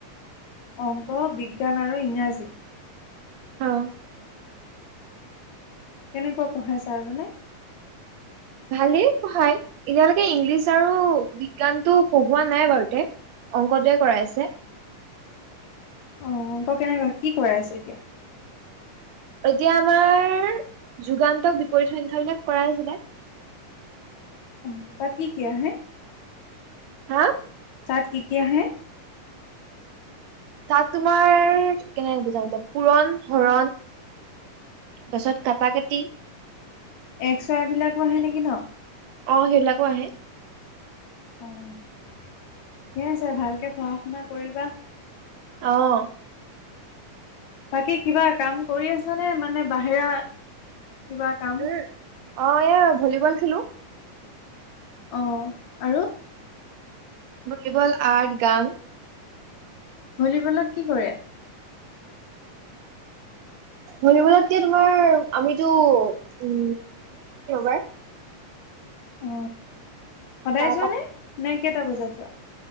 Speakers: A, on the left; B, on the right.
A: অংক, বিজ্ঞান আৰু ইংৰাজী।
B: অঁ।
A: কেনেকুৱা পঢ়াই ছাৰজনে?
B: ভালেই পঢ়ায়, এতিয়ালৈকে ইংলিছ আৰু বিজ্ঞানটো পঢ়োৱা নাই বাৰুতে। অংকটোৱে কৰাই আছে।
A: অ' অংক কেনেকুৱা কি কৰাই আছে এতিয়া?
B: এতিয়া আমাৰ যুগান্তক বিপৰীত সংখ্যাবিলাক কৰাই আছিলে।
A: অ' তাত কি কি আহে?
B: হা?
A: তাত কি কি আহে?
B: তাত তোমাৰ কেনেকে বুজাম এতিয়া। পুৰণ, হৰণ। তাৰ পিছত কাটা-কাটি।
A: এক্স ৱাই বিলাকো আহে নেকি ন?
B: অ' সেইবিলাকো আহে।
A: অ' ঠিকে আছে, ভালকে পঢ়া শুনা কৰিবা।
B: অঁ।
A: বাকী, কিবা কাম কৰি আছা নে, মানে বাহিৰা কিবা কাম?
B: উম অ' এ ভলীবল খেলো।
A: অঁ আৰু
B: ভলীবল, আৰ্ট, গান।
A: ভলীবলত কি কৰে? <inaudible>
B: ভলীবলত কি তোমাৰ আমিতো উম <unintelligible>
A: অ সদায়
B: তাৰ
A: যোৱানে,
B: পাছত
A: নে কেইটা বজাত যোৱা?